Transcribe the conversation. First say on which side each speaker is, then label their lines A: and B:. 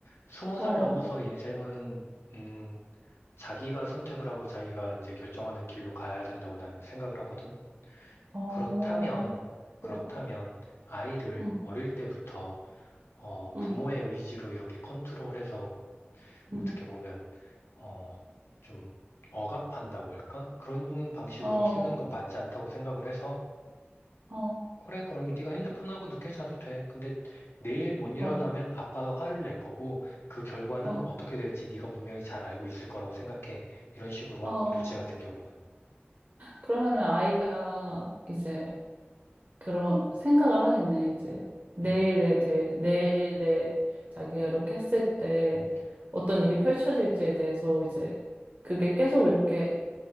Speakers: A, on the left; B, on the right.
A: 스무
B: 어.
A: 살 넘어서 인생은, 음, 자기가 선택을 하고 자기가 이제 결정하는 길로 가야 된다고 난 생각을 하거든.
B: 어,
A: 그렇다면, 그렇다면
B: 래
A: 아이를
B: 응,
A: 어릴 때부터 어,
B: 응,
A: 부모의 의지로 이렇게 컨트롤해서 어떻게
B: 응.
A: 보면 어, 좀 억압한다고 할까? 그런 방식으로
B: 어,
A: 키우는 건 맞지 않다고 생각을 해서
B: 어,
A: 그래, 그럼 네가 핸드폰하고 늦게 자도 돼. 근데 내일 못 일어나면
B: 어,
A: 아빠가 화를 낼 거고 그 결과는
B: 어,
A: 어떻게 될지 네가 분명히 잘 알고 있을 거라고 생각해. 이런 식으로
B: 어.
A: 하고 둘째 같은 경우는.
B: 그러면은 아이가 이제 그런 생각을 하겠네, 이제. 내일에
A: 음,
B: 돼, 내일에 자기가 이렇게 했을 때
A: 음.
B: 어떤 일이 펼쳐질지에 대해서 이제 그게 계속 이렇게